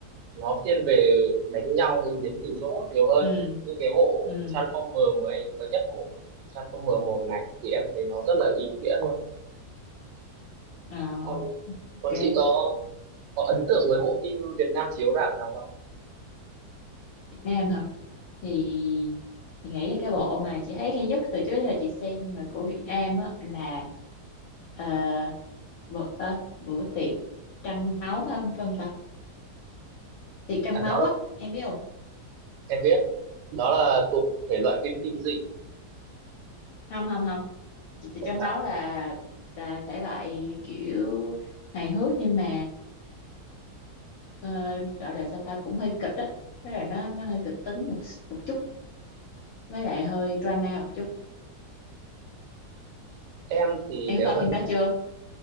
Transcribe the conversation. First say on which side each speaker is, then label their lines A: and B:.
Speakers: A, on the right (about 90°); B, on the left (about 65°).
A: nó thiên về đánh nhau với biến hình robot nhiều hơn
B: ừ
A: Như cái bộ
B: ừ
A: Transformer mới mới nhất bộ Transformer một này thì em thấy nó rất là ý nghĩa luôn
B: à,
A: còn
B: ok
A: còn chị có có ấn tượng với bộ phim Việt Nam chiếu rạp nào không?
B: Nam hả? Thì thì nghĩ là cái bộ mà chị thấy hay nhất từ trước đến giờ chị xem mà của Việt Nam á là ờ, bữa, ờ, bữa tiệc trăng máu phải không, phải không ta? Tiệc trăng
A: À, đó
B: máu
A: là
B: á, em biết không?
A: em biết, đó là thuộc thể loại phim kinh dị,
B: Không không không. Chị- Tiệc
A: không
B: trăng
A: phải.
B: máu là là thể loại kiểu hài hước nhưng mà ờ, gọi là sao ta cũng hơi kịch á. Tức là nó nó hơi kịch tính một một chút với lại hơi drama một chút.
A: Em thì
B: Em
A: nếu
B: có coi
A: mà
B: phim
A: đi,
B: đó chưa?